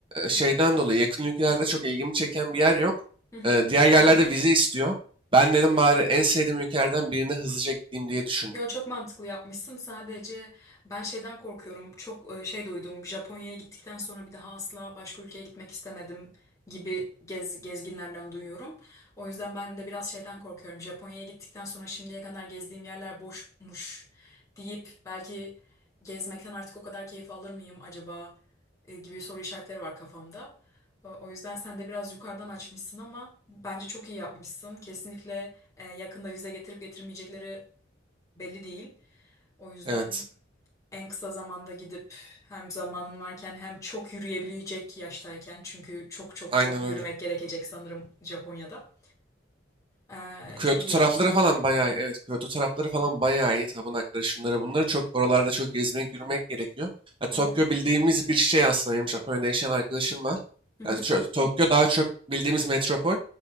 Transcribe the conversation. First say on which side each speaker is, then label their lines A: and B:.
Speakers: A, on the right; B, on the left.
A: e, şeyden dolayı yakın ülkelerde çok ilgimi çeken bir yer yok.
B: hı. hı.
A: E, Diğer yerlerde vize istiyor. Ben dedim bari en sevdiğim ülkelerden birine hızlıca gideyim diye düşündüm.
B: Yo çok mantıklı yapmışsın. Sadece ben şeyden korkuyorum. Çok e, şey duydum. Japonya'ya gittikten sonra bir daha asla başka ülkeye gitmek istemedim gibi gez, gezginlerden duyuyorum. O yüzden ben de biraz şeyden korkuyorum. Japonya'ya gittikten sonra şimdiye kadar gezdiğim yerler boşmuş deyip belki gezmekten artık o kadar keyif alır mıyım acaba e, gibi soru işaretleri var kafamda. O o yüzden sen de biraz yukarıdan açmışsın ama bence çok iyi yapmışsın. Kesinlikle e, yakında vize getirip getirmeyecekleri belli değil. O yüzden
A: Evet,
B: en kısa zamanda gidip hem zamanın varken hem çok yürüyebilecek yaştayken çünkü çok çok
A: aynen
B: çok yürümek
A: öyle.
B: gerekecek sanırım Japonya'da. Ee,
A: Kyoto
B: çok iyi
A: tarafları
B: yapmışsın.
A: falan bayağı evet Kyoto tarafları falan bayağı iyi. Tapınakları şunları bunları çok oralarda çok gezmek yürümek gerekiyor. Ya, Tokyo
B: Evet.
A: bildiğimiz bir şey aslında benim Japonya'da yaşayan arkadaşım var.
B: Hı hı.
A: Yani şöyle, Tokyo daha çok bildiğimiz metropol.